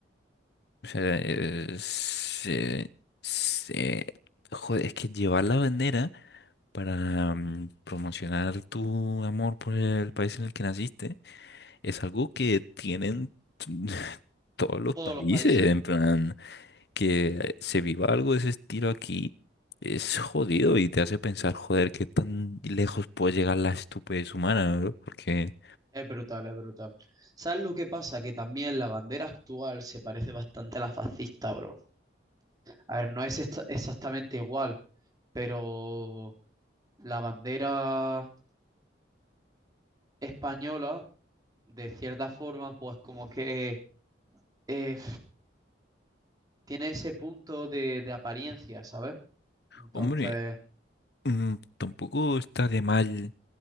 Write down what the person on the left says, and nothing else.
o sea, eh, se- se- joder, es que llevar la bandera. para mm, promocionar tu amor por el país en el que naciste es algo que tienen <laughs> todos los
países,
en plan, que se viva algo de ese estilo aquí. Es jodido y te hace pensar, joder, qué tan lejos puede llegar la estupidez humana, ¿no? Porque,
hombre, mm, tampoco está de mal